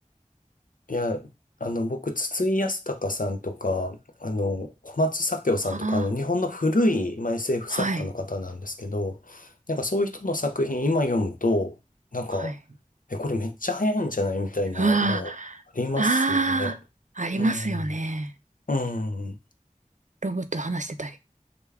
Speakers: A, on the left; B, on the right.
A: いや、あの、僕、筒井康隆さんとか、あの、小松左京さんとか、
B: あ
A: あの、日本の古い、まあ、SF
B: あ、
A: 作家の方なんですけど、
B: はい、
A: なんかそういう人の作品今読むと、なんか、
B: はい。
A: え、これめっちゃ早いんじゃないみたいなのありますよね。
B: ああ、ああ、ありますよね。
A: うん。うん。
B: ロボット話してたり。